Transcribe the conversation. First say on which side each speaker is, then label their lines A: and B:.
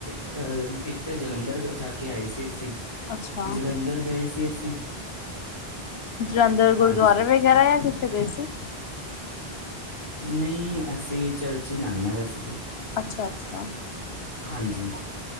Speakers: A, on the left; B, on the left.
A: ਅਹ ਇੱਕ ਤਾਂ ਜਲੰਧਰ ਜਾ ਕੇ ਆਏ ਸੀ ਅਸੀਂ।
B: ਅੱਛਾ
A: ਜਲੰਧਰ ਗਏ ਸੀ ਅਸੀਂ।
B: ਜਲੰਧਰ ਗੁਰਦੁਆਰਾ
A: ਹਾਂਜੀ
B: ਵਗੈਰਾ ਯਾਂ ਕਿਥੇ ਗਏ ਸੀ?
A: ਨਹੀਂ ਅਸੀਂ ਚਰਚ ਹੀ ਜਾਂਦੇ ਹਾਂ ਵੈਸੇ ਤੇ।
B: ਅੱਛਾ-ਅੱਛਾ।
A: ਹਾਂਜੀ।